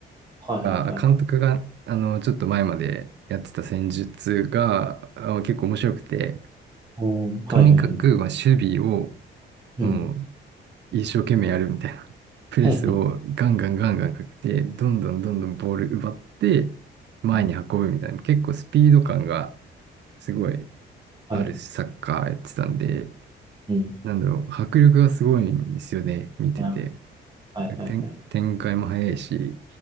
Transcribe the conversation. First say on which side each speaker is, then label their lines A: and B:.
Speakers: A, on the right; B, on the right.
A: はいはいはい。
B: あ監督が、あの、ちょっと前までやってた戦術が、あ結構面白くて、
A: おお、はいはいはい。
B: とにかく、まあ、守備を、
A: うん。
B: もう、一生懸命やるみたいな。プレスをガンガンガンガンかけて、
A: はい
B: どんどんどんどんボール奪って、前に運ぶみたいな。
A: はい
B: 結構スピード感がすごい
A: はい。
B: あるサッカーやってたんで、
A: うん。
B: なんだろう、迫力がすごいんですよね、見てて。
A: なるほど。はいはいはい。
B: なんか展、展開も早いし、